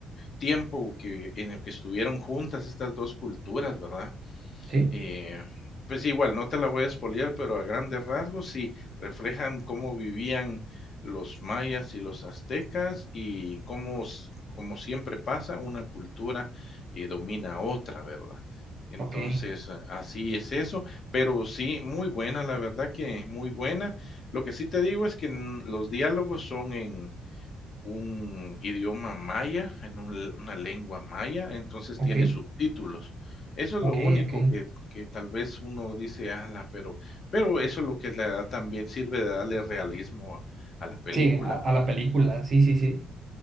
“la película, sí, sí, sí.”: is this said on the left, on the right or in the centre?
Right